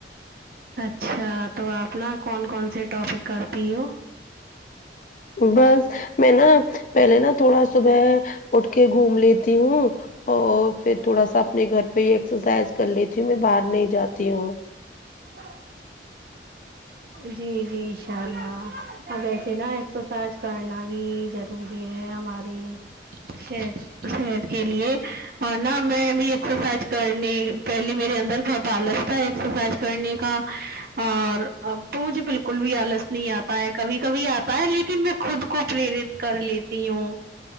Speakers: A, on the right; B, on the left.
A: اچھا تو آپ ناں کون کون سے ٹاپک کرتی ہو
B: بس میں ناں پہلے ناں تھوڑا صبح اٹھ کے گھوم لیتی ہوں اور پھر تھوڑا سا اپنے گھر پہ ہی ایکسرسائز کر لیتی ہوں میں باہر نہیں جاتی ہوں
A: <inaudible> جی جی ان شاء اللہ اب ایسے ناں ایکسرسائز کرنا بھی ضروری ہے ہماری صحت صحت کے لیے اور ناں میں بھی ایکسرسائز کرنے پہلے میرے اندر بہت آلس تھا ایکسرسائز کرنے کا اور اب تو مجھے بالکل بھی آلس نہیں آتا ہے کبھی کبھی آتا ہے لیکن میں خود کو پریرت کر لیتی ہوں